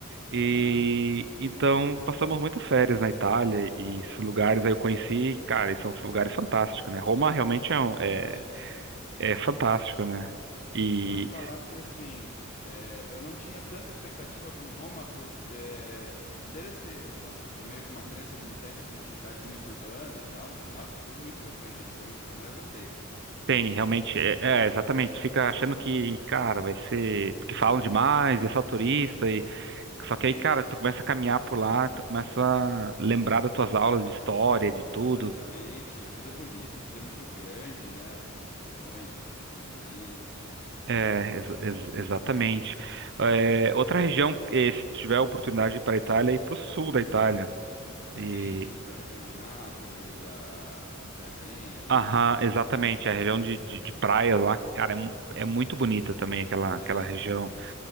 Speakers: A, on the right; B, on the left.
A: E
B: Aham.
A: então passamos muitas férias na Itália e esses lugares aí eu conheci, cara, e são lugares fantásticos, né? Roma realmente é,
B: São
A: um-
B: demais.
A: é, é fantástico, né? E
B: Eu vou te falar que assim, é, eu não tinha tanta expectativa com Roma por é, ter esse é, um, meio que uma crença limitante assim de cidade muito urbana e tal, mas nossa, fui muito surpreendido. Foi uma das que eu mais gostei.
A: tem realmente, é, é, exatamente, tu fica achando que, cara, vai ser, porque falam demais, e é só turista, e só que
B: Sim,
A: aí, cara, tu começa a caminhar por lá, tu começa a lembrar das tuas aulas de história, de
B: exatamente.
A: tudo.
B: Tudo é bonito, tudo é muito grande, né? As construções, os monumentos.
A: É, ex- ex- exatamente. É, outra região, eh, se tu tiver a oportunidade de ir para a Itália, é ir para o sul da Itália.
B: Sim,
A: E,
B: sim, para a região de Nápoles, da Sardenha ali,
A: aham,
B: né?
A: exatamente. A região de, de, de praias lá, cara, é, mu- é muito bonita também aquela,
B: Ah,
A: aquela
B: é?
A: região.